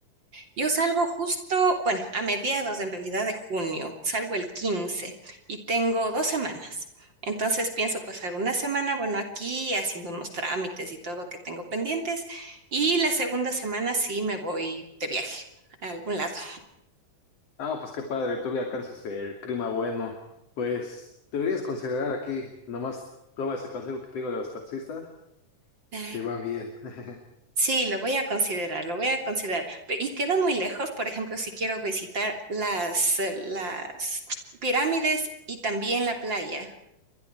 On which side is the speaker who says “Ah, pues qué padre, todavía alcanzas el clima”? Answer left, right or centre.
Left